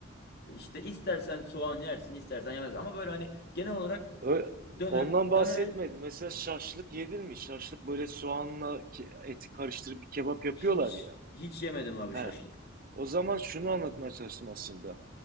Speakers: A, on the left; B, on the right.
A: İşte istersen soğan yersin istersen yemez ama böyle hani genel olarak
B: Ö-
A: döner
B: Ondan bahsetmedim.
A: dönere
B: Mesela şaşlık yedin mi? Şaşlık böyle soğanla ke- eti karıştırıp bir kebap yapıyorlar
A: hiç
B: ya.
A: hiç yemedim abi
B: He.
A: şaşlık.
B: O zaman şunu anlatmaya çalıştım aslında.